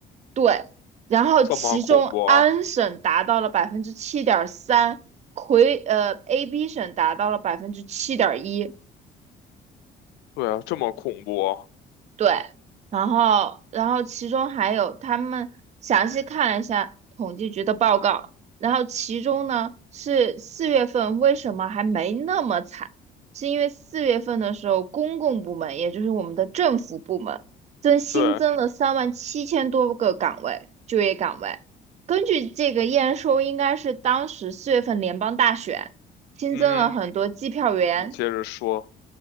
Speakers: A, on the right; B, on the left.
A: 对，然后其中安省达到了百分之七点三，
B: 这么恐怖啊？
A: 魁呃 AB 省达到了百分之七点一，
B: 对啊，这么恐怖啊
A: 对，然后然后其中还有他们详细看了一下统计局的报告，然后其中呢是四月份为什么还没那么惨，是因为四月份的时候公共部门，也就是我们的政府部门，增新增了三万七千多个岗位，
B: 对，
A: 就业岗位。根据这个验收，应该是当时四月份联邦大选新增了很多计票员、
B: 嗯哼你接着说，